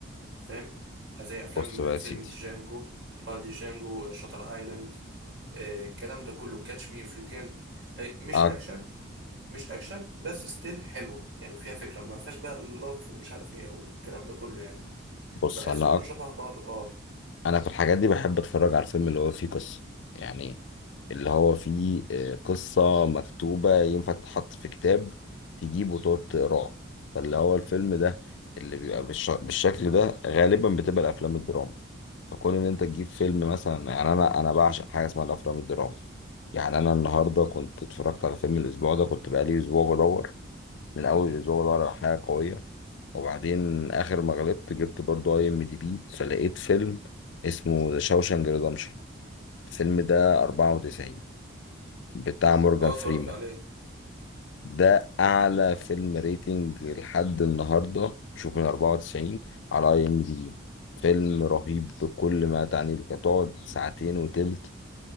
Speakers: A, on the right; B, on the left.
A: فاهم آه، زي أفلام
B: بص بقى
A: آه، فيلم
B: يا سيدي
A: ديجانجو آه ديجانجو آه، شاتر آيلاند آه، الكلام ده كله كاتش مي إف يو كان هي مش
B: أك-
A: أكشن مش أكشن بس ستيل حلوة يعني فيها فكرة ما فيهاش بقى اللف ومش عارف إيه والكلام ده كله يعني
B: بص
A: بحسه
B: انا
A: كله شبه بعضه اه
B: انا في الحاجات دي بحب اتفرج على الفيلم اللي هو فيه قصة يعني اللي هو فيه آه، قصة مكتوبة ينفع تتحط في كتاب تجيب وتقعد تقراه فاللي هو الفيلم ده اللي بيبقى بالش... بالشكل ده غالبا بتبقى الافلام الدراما فكون ان انت تجيب فيلم مثلا يعني انا انا بعشق حاجة اسمها الافلام الدراما يعني انا النهارده كنت اتفرجت على فيلم الاسبوع ده كنت بقالي اسبوع بدور من اول الاسبوع بدور على حاجة قوية وبعدين اخر ما غلبت جبت برضو اي ام دي بي فلقيت فيلم اسمه ذا شاوشانج ريدمشن الفيلم ده 94 بتاع مورجان
A: اه
B: فريمان
A: اتفرجت عليه
B: ده اعلى فيلم ريتنج لحد النهارده شوف من 94 على اي ام دي بي فيلم رهيب بكل ما تعنيه لك هتقعد ساعتين وتلت